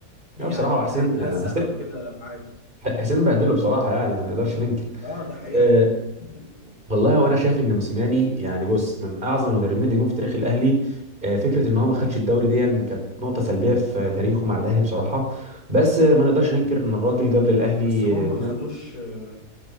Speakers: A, on the left; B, on the right.
A: يعني
B: لا بصراحة هو حسين
A: هيتهزق
B: حسين
A: او كده لا عادي
B: حسين بهدله بصراحة يعني ما نقدرش ننكر
A: اه ده حقيقه
B: أه
A: طبعا <laughs>
B: والله وانا شايف ان موسيماني يعني بص من اعظم المدربين اللي جم في تاريخ الاهلي أه فكرة ان هو ما خدش الدوري دي كانت نقطة سلبية في تاريخه مع الاهلي بصراحة بس آه، ما نقدرش ننكر ان الراجل جاب للاهلي
A: بس هو ما
B: آه، اتنين
A: خدوش آه،